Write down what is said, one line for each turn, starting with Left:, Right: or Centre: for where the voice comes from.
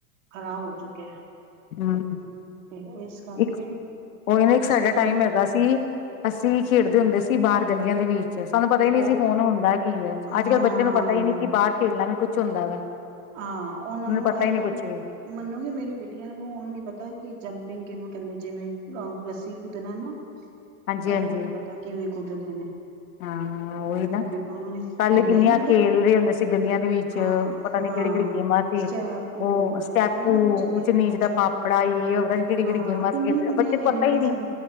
Right: ਖ਼ਰਾਬ ਹੋ ਚੁੱਕਿਆ।
Left: ਹਮ,
Right: ਤੇ ਇਸ ਕਰਕੇ
Left: ਇੱਕ ਉਹੀ ਨਾ
Right: ਬੱਚਿਆਂ
Left: ਇੱਕ ਸਾਡਾ
Right: ਨੂੰ
Left: ਟਾਈਮ ਹੈਗਾ ਸੀ। ਕਿ ਅਸੀਂ ਖੇਡਦੇ ਹੁੰਦੇ ਸੀ ਬਾਰ ਗਲੀਆਂ ਦੇ ਵਿੱਚ ਅੱਜ ਸਾਨੂੰ ਪਤਾ ਈ ਨਹੀ
Right: ਉਹ
Left: ਸੀ ਫੋਨ ਹੁੰਦਾ ਕੀ ਐ,
Right: ਹਾਂ
Left: ਅੱਜ-ਕੱਲ੍ਹ ਬੱਚੇ ਨੂੰ ਪਤਾ ਈ ਨਹੀਂ ਕਿ ਬਾਹਰ ਖੇਲਣਾ ਵੀ ਕੁੱਛ ਹੁੰਦਾ ਵਾ।
Right: ਹਾਂ ਉਹਨਾਂ
Left: ਮੈਨੂੰ
Right: ਨੂੰ
Left: ਪਤਾ
Right: ਐਵੇਂ
Left: ਹੀ ਨੀ ਕੁੱਛ ਵੀ
Right: ਮੰਨੋਗੇ ਮੇਰੀ ਬੇਟੀਆਂ ਨੂੰ ਉਹਨੂੰ ਨੀ ਪਤਾ ਕਿ ਜੰਪਿੰਗ ਕਿਹਨੂੰ ਕਹਿੰਦੇ ਜਿਵੇਂ ਰੱਸੀ ਕੁਦਣਾ ਨਾ।
Left: ਹਾਂਜੀ
Right: ਉਹਨੂੰ
Left: ਹਾਂਜੀ
Right: ਨੀ ਪਤਾ ਕਿਵੇਂ ਕੁੱਦਦੇ ਨੇ।
Left: ਹਾਂ ਉਹੀ ਨਾ
Right: ਕਿਉਂਕਿ ਉਹਨੂੰ ਨੇ
Left: ਪਹਲੇ
Right: ਖੇਲਿਆ
Left: ਕਿੰਨੀਆਂ
Right: ਹੀ ਨੀ ਕਦੇ
Left: ਖੇਲ ਰਹੇ ਹੁੰਦੇ ਸੀ ਗਲੀਆਂ ਦੇ ਵਿੱਚ
Right: ਹਾਂ
Left: ਪਤਾ ਨੀ
Right: ਹਾਂ
Left: ਕਿਹੜੀ ਕਿਹੜੀ ਗੇਮਾਂ ਸੀ
Right: ਸਟੈਪ ਹੋ
Left: ਉਹ
Right: ਗਏ
Left: ਸਟੈਪੂ
Right: ਕਿੰਨਾ ਕੁਛ ਖੇਲਦੇ
Left: ਉਚਨੀਚ
Right: ਸੀ
Left: ਦਾ ਪਾਪੜਾ
Right: ਹਾਂ
Left: ਯਹ ਵੋ ਪਤਾ ਨਹੀਂ ਕਿਹੜੀ ਕਿਹੜੀ
Right: ਹਾਂ
Left: ਗੇਮਾਂ
Right: ਕਿੰਨੀਆਂ
Left: ਸੀ
Right: ਕਿੰਨੀਆਂ
Left: ਬੱਚੇ ਨੂੰ
Right: ਗੇਮਾਂ
Left: ਪਤਾ ਹੀ ਨਹੀਂ।
Right: ਸੀ